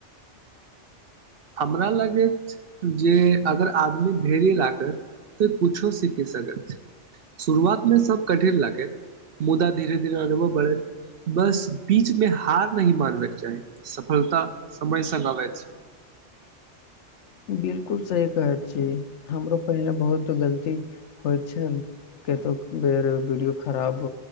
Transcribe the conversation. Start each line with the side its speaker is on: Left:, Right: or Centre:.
Right: हमरा लगैत जे अगर आदमी धेर्य राखत तऽ कुछो सीखि सकथि छै शुरुआतमे सब कठिन लागेत मुदा धीरे धीरे अनुभव बढ़त बस बीच मे हार नहि मानबेके चाही सफलता समय स आबै छै
Left: बिल्कुल सही कहैत छी हमरो पहिनेे बहुत गलती होइत छल कतो बेर वीडियो खराब